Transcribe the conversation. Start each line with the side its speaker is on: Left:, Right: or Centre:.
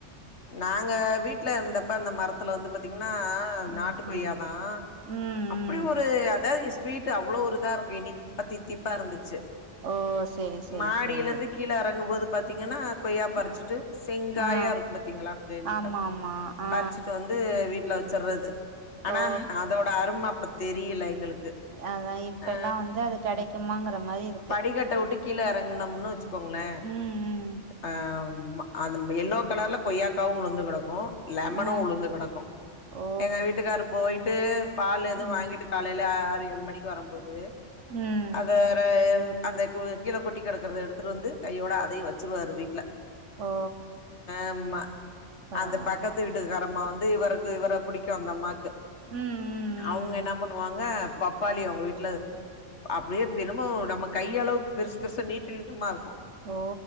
Left: நாங்க வீட்ல இருந்தப்ப அந்த மரத்துல வந்து பாத் திங்ன்னா
Right: ம்
Left: நாட்டு கொய்யாதா
Right: ம் ம் ம்
Left: அப்படி ஒரு அதாவ் ஸ் வீட்டு் அவ்ளோ ஒரு இதா இருக்கு இனிப்தித்திப்பா இருந்துச்சு
Right: ஓ செரி செரி
Left: மாடியிலருந்து
Right: செரி
Left: க் கீழ எறங்கும்போது பாத்திங்கன்னா கொய்யா பறிச்சிட்டு
Right: ஆ
Left: செங்காய
Right: ஆ
Left: இருக்குனு பாத்திங்களா <unintelligible>
Right: ஆமா ஆமா ஆ
Left: பறிச்சிட்டு வந்து வீட்டுல வெச்சற்றது அனா
Right: ஓ
Left: அதோட அரும அப்ப தெரில எங்களுக்கு
Right: அதா இப்பெல்லா
Left: ஆ
Right: வந்து அது கெடைக்குமாங்கற மாரி இருக்கு
Left: இத டவுட்டு கீழ எறங்கனம்னு வச்சுக்கோங்களே
Right: ம் ம்
Left: அ அந்த எல்லோக் கலர்ல கொய்யாக்காவு உழுந்து கடக்கு லெமனு
Right: ஆ
Left: உழுந்து கடக்கு
Right: ஓ
Left: எங்க வீட்டுக்காரு போயிட்டு பால் எதூ
Right: ம்
Left: வாங்கிட்டு காலைல ஆறு ஏழு மணிக்கு வரம்போது
Right: ம்
Left: அத <unintelligible> அத கு கீழ கொட்டி கடக்கறத எடுத்துட்டு வந்து கையோட அதையு வச்சுருவாரு வீட்ல
Right: ஓ
Left: ஆமா
Right: பரவால்ல
Left: அந்த பக்கத்து வீட்டுக்காரம்மா வந்து இவருக்கு இவர புடிக்கு அந்த அம்மாக்கு
Right: ம் ம்
Left: அவுங்க
Right: ம்
Left: என்ன பண்ணுவாங்க பப்பாளி அவுங்க வீட்ல அப்படியே பினமு நம்ம கையளவுக்கு பெருசு பெருசா நீட்டு நீட்டமா இருக்கு
Right: ஓ